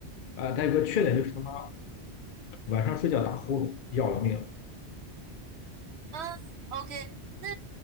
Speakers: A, on the left; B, on the right.
A: 啊，他有个缺点就是他妈晚上睡觉打呼噜，要了命了。
B: 嗯，OK，那